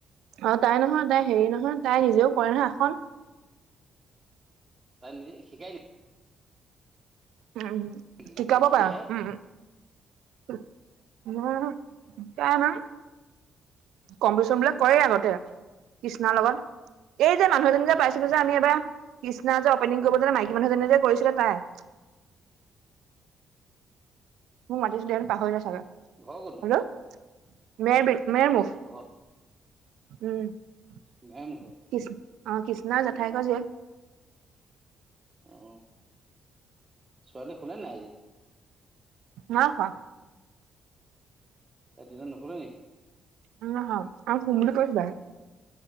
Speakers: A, on the right (about 80°); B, on the right (about 20°).
A: অ তাই নহয় তাই হেৰি নহয় তাই নিজেও কৰে নহয় আসন
B: তাৰ নিজে শিকাই নি
A: উম
B: নেকি
A: শিকাব
B: নে কি শিকেহে
A: পাৰে উম নহয় নহয় তাই আমাঙ কম্পিটিচন বিলাক কৰে
B: তাই
A: আগতে
B: শিক
A: কৃষ্ণাৰ লগত এই যে মানুহজনী যে পাইছিলো যে আমি এবাৰ কৃষ্ণা যে অপেনিং কৰিব যেনে মাইকী মানুহজনীনে যে কৰিছিলে তাই মোক মাতিছিলে দেন পাহৰিলে চাগা
B: ঘৰ ক'তনো
A: হেল্ল' মেৰ বিল, মেৰমুখ
B: ঘৰ
A: উম কৃষ্
B: দুৱাৰমুখত
A: অ কৃষ্ণাৰ জেঠাইক
B: অ
A: জীয়
B: অ ছোৱালী শুলে নাই আজি
A: নাই শুৱা
B: তাই দিনত নুশুলে নি
A: নাই শুৱা আও শুম বুলি কৈছিলে